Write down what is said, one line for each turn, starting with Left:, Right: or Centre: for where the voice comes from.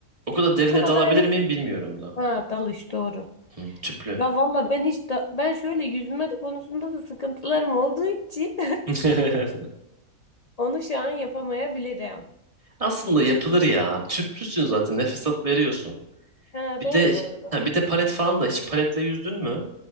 Right: O kadar derine
Left: Scuba
Right: dalabilir
Left: diving.
Right: miyim bilmiyorum da.
Left: Ha dalış doğru.
Right: Hı, tüplü.
Left: Ya valla ben hiç da ben şöyle yüzme konusunda da sıkıntılarım olduğu için
Right: <laughs>
Left: <laughs> onu şu an yapamayabilirim.
Right: Aslında yapılır ya. Tüplüsün zaten nefes alıp veriyorsun.
Left: Ha
Right: Bir
Left: doğru
Right: de
Left: bu arada.
Right: ha, bir de palet falan da hiç paletle yüzdün mü?